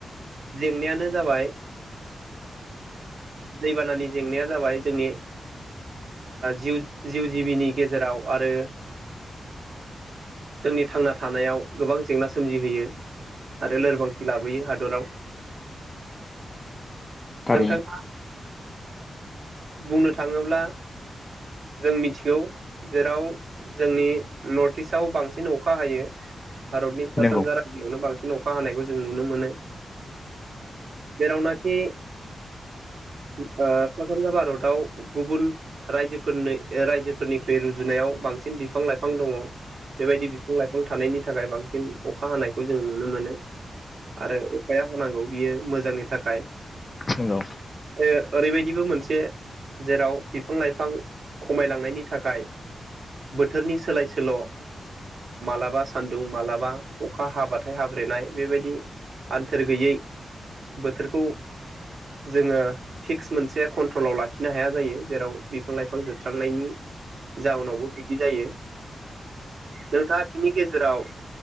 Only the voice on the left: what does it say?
थारैनो
नंगौ
नंगौ।